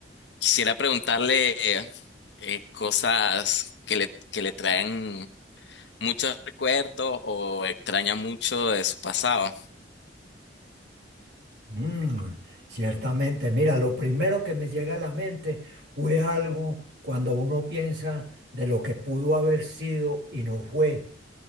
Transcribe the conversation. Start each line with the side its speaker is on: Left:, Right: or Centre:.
Left: quisiera preguntarle eh, eh, cosas que le, que le traen muchos recuerdos o extraña mucho de su pasado.
Right: Mm, ciertamente, mira, lo primero que me llega a la mente fue algo cuando uno piensa de lo que pudo haber sido y no fue.